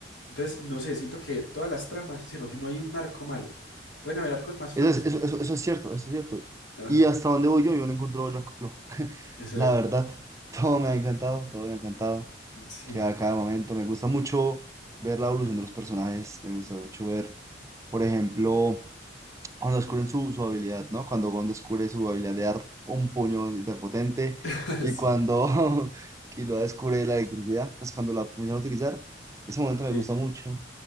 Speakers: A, on the left (about 80°); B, on the right (about 15°).
A: Entonces, no sé, siento que todas las tramas, sino que no hay un arco malo. Pueden haber arcos más flojos,
B: Eso es,
A: pero...
B: eso, eso, eso es cierto, eso es cierto.
A: Ajá.
B: Y hasta donde voy yo, yo no encuentro el arco flojo.
A: Exacto.
B: La verdad, <laughs> todo me ha encantado, todo me ha encantado.
A: Sí.
B: Cada, cada momento, me gusta mucho ver la evolución de los personajes, me gusta mucho ver, por ejemplo, cuando descubren su, su habilidad, ¿no? Cuando Gon descubre su habilidad de dar un puño hiperpotente
A: <laughs>
B: y
A: Sí,
B: cuando <laughs> Killua descubre la electricidad, pues cuando la comienzan a utilizar, ese momento me
A: sí.
B: gusta mucho.